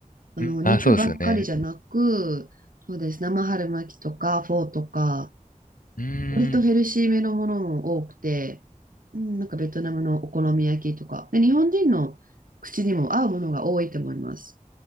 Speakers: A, on the right; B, on the left.
A: あの肉ばっかりじゃなく、
B: うん、ああ、そうですよね。
A: そうです、生春巻きとかフォーとか、
B: うー
A: 割とヘルシーめのものも多くて、
B: ん。
A: うん、なんかベトナムのお好み焼きとか、で、日本人の口にも合うものが多いと思います。